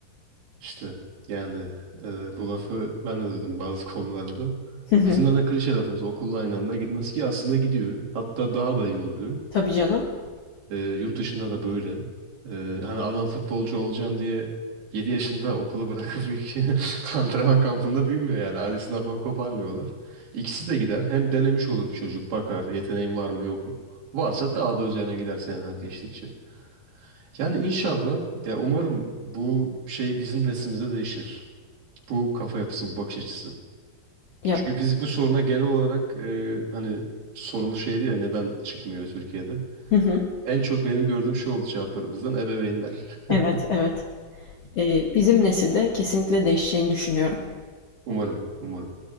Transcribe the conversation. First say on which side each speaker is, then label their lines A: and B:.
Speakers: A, on the right; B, on the left.
A: İşte yani e, bu lafı ben de duydum bazı konularda.
B: <laughs>
A: Bizim de, klişe lafımız okulla aynı anda gitmez ki aslında gidiyor. Hatta daha da iyi oluyor.
B: Tabii canım.
A: E, yurt dışında da böyle. E, hani adam futbolcu olacağım diye 7 yaşında okulu bırakıp <laughs> antrenman kampında büyümüyor yani. Ailesinden falan koparmıyorlar. İkisi de gider. Hem denemiş olur bir çocuk. Bakar yeteneğin var mı yok mu. Varsa daha da üzerine gider seneler geçtikçe. Yani inşallah ya umarım bu şey bizim neslimize değişir. Bu kafa yapısı, bu bakış açısı.
B: Yap.
A: Çünkü biz bu soruna genel olarak e, hani sorumuz şeydi ya neden çıkmıyor Türkiye'de?
B: Hı hı.
A: En çok benim gördüğüm şey oldu cevaplarımızdan ebeveynler. <laughs>
B: Evet, evet. Ee, bizim nesilde kesinlikle değişeceğini düşünüyorum.
A: Umarım, umarım.